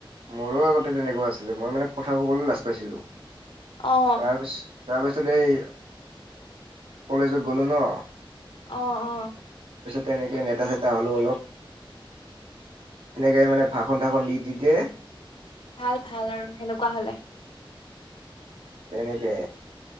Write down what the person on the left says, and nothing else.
অ
অ', অ'।
ভাল, ভাল আৰু সেনেকুৱা হ'লে।